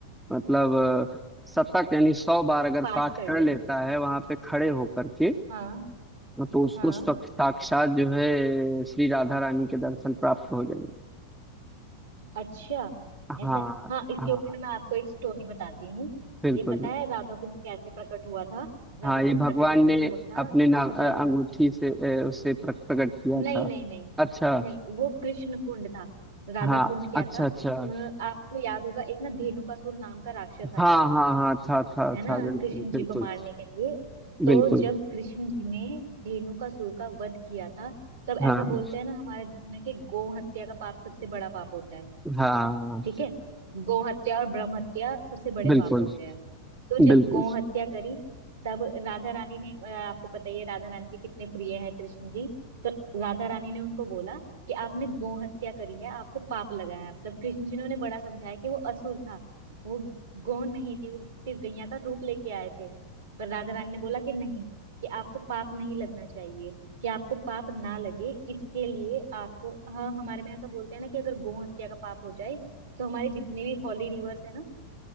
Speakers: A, in the centre; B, on the right.
A: मतलब अ, शतक यानी सौ बार अगर
B: पाठ
A: पाठ
B: कर
A: कर
B: ले
A: लेता है वहां पे खड़े होकर के
B: हाँ
A: हाँ, तो उसको
B: हाँ
A: सक- साक्षात जो है श्री राधा रानी के दर्शन प्राप्त हो जाएंगे
B: अच्छा
A: हाँ
B: ऐसा है हाँ इसके
A: हाँ
B: ऊपर ना मैं आपको एक स्टोरी बताती हूँ
A: बिल्कुल
B: ये पता
A: बिल्कुल
B: है राधा कुंड कैसे प्रकट हुआ था राधा
A: हाँ
B: कुंड
A: ये भगवान
B: प्रकट ऐसे
A: ने
B: हुआ था
A: अपने
B: कि
A: ना अ,
B: जब
A: अंगूठी से अ, उसे प्रक- प्रकट किया
B: नहीं
A: था
B: नहीं नहीं
A: अच्छा
B: नहीं वो कृष्ण कुंड था राधा
A: हाँ
B: कुंड क्या
A: अच्छा
B: था अ,
A: अच्छा
B: आपको याद होगा एक ना धेनुकासुर नाम का राक्षस
A: हाँ
B: आया था
A: हाँ हाँ था था
B: है
A: था
B: ना
A: बिल्कुल
B: कृष्ण
A: बिल्कुल
B: जी को मारने के लिए तो
A: बिल्कुल
B: जब कृष्ण जी ने धेनुकासुर का वध किया था तब
A: हाँ
B: ऐसा बोलते हैं ना हमारे धर्म में कि गौ हत्या का पाप सबसे बड़ा पाप होता है
A: हाँ
B: ठीक है गौ हत्या और ब्रह्म हत्या सबसे बड़े
A: बिल्कुल
B: पाप होते हैं तो
A: बिल्कुल
B: जब गौ हत्या करी तब राधा रानी ने अ, आपको पता ही है राधा रानी के कितने प्रिय हैं कृष्ण जी तो राधा रानी ने उनको बोला कि आपने गौ हत्या करी है आपको पाप लगा है तब कृष्ण जी ने उन्हें बड़ा समझाया कि वो असुर था वो गौ नहीं थी वो सिर्फ गैया का रूप लेके आए थे पर राधा रानी ने बोला कि नहीं कि आपको पाप नहीं लगना चाहिए कि आपको पाप ना लगे इसके लिए आपको हाँ हमारे में ऐसा बोलते हैं ना कि अगर गौ हत्या का पाप हो जाए तो हमारे जितने भी हॉली रिवर्स है ना